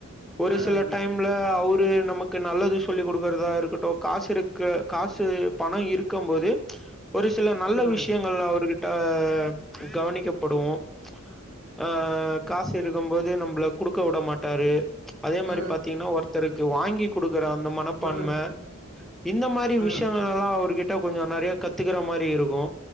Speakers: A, in the centre; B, on the right.
A: ஒரு
B: ஆ, ஆ,
A: சில டைம்ல அவு ரு நமக்கு நல்லது சொல்லிக் குடுக்கறதா இருக்கட்டு காஸ் இருக் க்கு காசு பணோ இருக்கம் போது ச் ஒரு சில நல்ல
B: ஆ, ஆ,
A: விஷ்யங்கள் அவர்கிட்ட கவனிக்க படுவோ ச் ஆ காசு இரு க்கம் போது நம்ள குடுக்க விட மாட்டாரு அதே மாரி
B: ஆ,
A: பாத்தீங்கன்னா ஒருத்தருக்கு வாங்கி குடுக்குற அந்த மனப்பான்ம
B: ஆ,
A: இந்த மாரி
B: ஆ,
A: விஷ்யங்களல்லா அவர்கி ட்ட கொஞ்சோ நெறைய கத்துக்குற மாரி இருக்கு